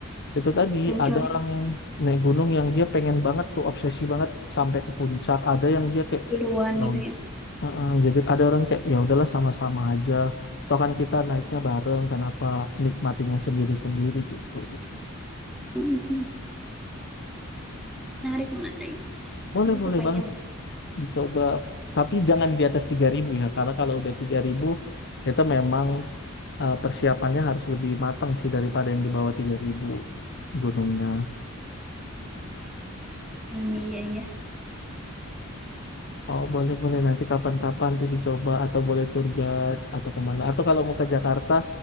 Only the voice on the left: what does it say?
Itu tadi
ada orang yang naik gunung yang dia pengen banget tuh obsesi banget sampai ke puncak. Ada yang dia kayak
ya
ud-
uh-uh. jadi ada orang kayak ya udahlah sama-sama aja. Toh kan kita naiknya bareng, kenapa nikmatinya sendiri-sendiri gitu.
Boleh
boleh
banget
dicoba. Tapi jangan di atas 3000 ya, karena kalau udah 3000 itu memang uh, persiapannya harus lebih matang sih daripada yang di bawah 3000 gunungnya.
Oh boleh boleh nanti kapan-kapan tuh dicoba atau boleh tour guide atau kemana atau kalau mau ke Jakarta